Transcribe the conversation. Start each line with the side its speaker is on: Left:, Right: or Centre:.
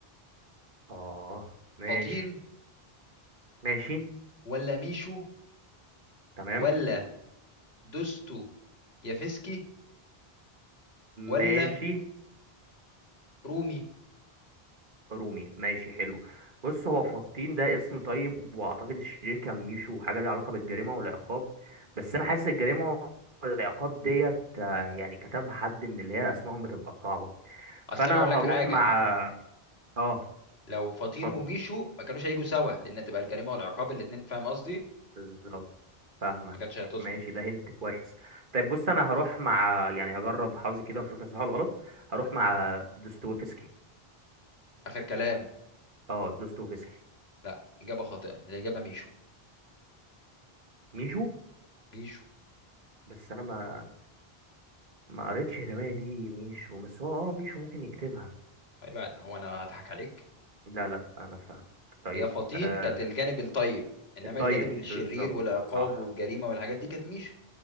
Right: اه ماشي
Left: فطين
Right: ماشي
Left: ولا ميشو
Right: تمام
Left: ولا دوستو يافسكي ولا
Right: ماشي
Left: رومي
Right: رومي ماشي حلو بص هو فطين ده اسم طيب واعتقد الشرير كان ميشو حاجه ليها علاقه بالجريمه والعقاب بس انا حاسس الجريمه والعقاب ديت آه، يعني كتبها حد من اللي هي اسمائهم بتبقى صعبه
Left: اصل
Right: فانا
Left: انا اقول لك
Right: هروح
Left: حاجه
Right: مع اه
Left: لو فطين
Right: اتفضل
Left: وميشو ما كانوش هيجوا سوا لان تبقى الجريمه والعقاب الاتنين فاهم قصدي
Right: بالظبط فاهمك
Left: ما كانتش هتظبط
Right: ماشي ده هنت كويس طيب بص انا هروح مع يعني هجرب حظي كده ونشوف هي صح ولا غلط هروح مع دوستويفسكي
Left: اخر كلام
Right: اه دوستويفسكي
Left: لا اجابه خاطئه الاجابه ميشو
Right: ميشو
Left: ميشو
Right: بس انا ما ما قريتش الرواية دي ميشو بس هو اه ميشو ممكن يكتبها
Left: طيب هو انا هضحك عليك
Right: لا لا انا فاهم طيب
Left: هي فطين
Right: آه
Left: كانت الجانب الطيب انما
Right: الطيب
Left: الجانب الشرير
Right: بالظبط
Left: والعقاب
Right: صح
Left: والجريمه والحاجات دي كانت ميشو